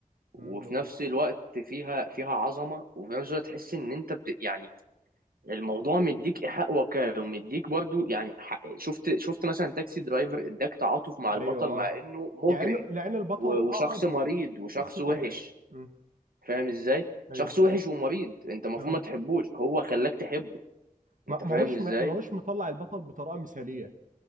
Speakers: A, on the right; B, on the right.
A: وفي
B: مم، مظبوط
A: نفس الوقت فيها فيها عظمة وفي نفس الوقت تحس إن أنت بت يعني الموضوع مديك ايحاء واقعي ومديك برضو يعني ح- شفت شفت مثلا تاكسي درايفر اداك تعاطف مع البطل
B: ايوه اه
A: مع انه مجرم
B: يعني إنه- لان البطل
A: و- وشخص
B: اقرب
A: مريض
B: ل-
A: وشخص
B: لشخص طبيعي
A: وحش
B: مم،
A: فاهم ازاي
B: ايوه
A: شخص وحش ومريض انت المفروض
B: آه.
A: ما تحبوش هو خلاك تحبه
B: ما
A: انت
B: ما
A: فاهم
B: هوش
A: ازاي
B: ما هوش مطلع البطل بطريقه مثاليه